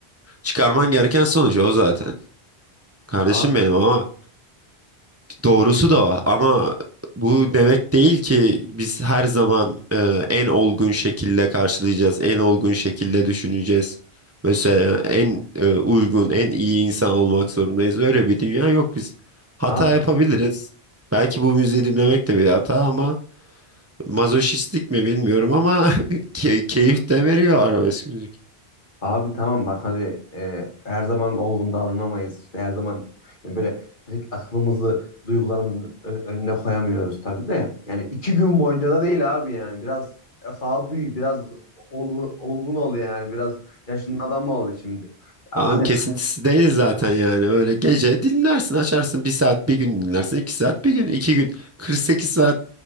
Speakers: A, on the right; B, on the left.
A: Çıkarman gereken sonuç o zaten. Kardeşim
B: Abi,
A: benim ama Doğrusu da o. ama bu demek değil ki biz her zaman e, en olgun şekilde karşılayacağız, en olgun şekilde düşüneceğiz. Mesela en e, uygun, en iyi insan olmak zorundayız. Öyle bir dünya yok. Biz hata
B: abi
A: yapabiliriz. Belki
B: tamam.
A: bu müziği dinlemek de bir hata ama mazoşistlik mi bilmiyorum ama <laughs> key- keyif de veriyor arabesk müzik.
B: Abi tamam bak hadi e, her zaman olgun davranamayız. İşte her zaman yani böyle direkt aklımızı duygularımızın ön- önüne koyamıyoruz tabii de. Yani iki gün boyunca da değil abi yani. Biraz sağduyu biraz olgun, olgun ol yani. Biraz yaşının adamı ol şimdi. Hani
A: Tamam kesintisi değil zaten yani böyle gece dinlersin açarsın bir saat bir gün dinlersin iki saat bir gün iki gün 48 saat